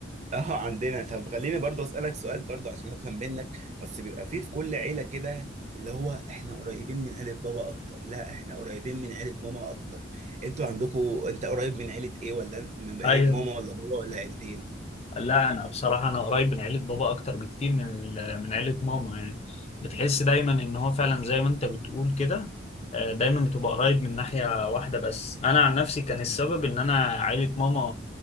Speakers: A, on the right (about 35°); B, on the left (about 35°).
A: اه عندنا طب خليني برضو اسالك سؤال برضو عشان افهم منك اصل بيبقى فيه في كل عيله كده اللي هو احنا قريبين من عيله بابا اكتر لا احنا قريبين من عيله ماما اكتر انتوا عندكم انت قريب من عيله ايه ولا من عيله
B: ايوه
A: ماما ولا بابا ولا عيلتين
B: لا انا بصراحه انا قريب من عيله بابا اكتر بكتير من ال- من عيله ماما يعني بتحس دايما ان هو فعلا زي ما انت بتقول كده آه، دايما بتبقى قريب من ناحيه واحده بس انا عن نفسي كان السبب ان انا عيله ماما